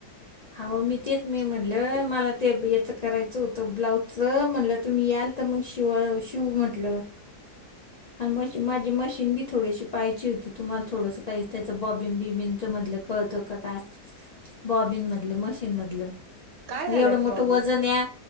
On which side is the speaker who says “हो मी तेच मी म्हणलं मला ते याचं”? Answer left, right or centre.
Left